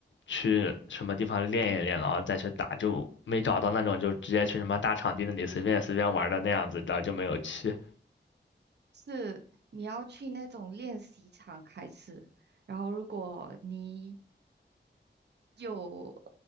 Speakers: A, on the left; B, on the right.
A: 去什么地方练一练，然后再去打，就没找到那种就直接去什么大场地那里随便随便玩的那样子，然后就没有去。
B: 是你要去那种练习场开始，然后如果你有，